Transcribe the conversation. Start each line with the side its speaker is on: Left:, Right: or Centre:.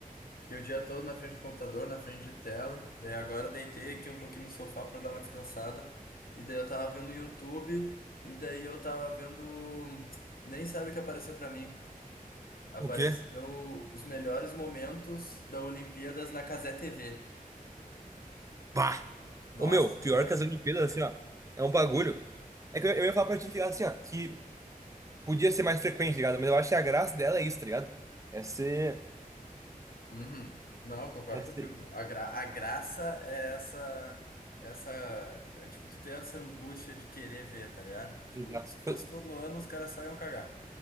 Left: Fiquei o dia todo na frente do computador, na frente de tela. Daí agora deitei aqui um pouquinho no sofá pra dar uma descansada. E daí eu tava vendo YouTube. E daí eu tava vendo. Nem sabe o que apareceu pra mim. Apareceu
Right: O quê?
Left: os melhores momentos da Olimpíadas na Cazé TV.
Right: Bah!
Left: Nossa,
Right: Ô, meu, pior
Left: cara.
Right: que as Olimpíadas, assim, ó, é um bagulho. É que eu, eu ia falar pra ti, tá ligado, assim, ó, que podia ser mais frequente, tá ligado? Mas eu acho que a graça dela é isso, tá ligado? É ser...
Left: Uhum. Não, eu concordo
Right: É ser...
Left: contigo. A, gra a graça é essa, essa, é, tipo, tu ter essa angústia de querer ver, tá ligado? Tipo,
Right: Exato.
Left: se fosse
Right: Tipo,
Left: todo ano, os caras só iam cagar.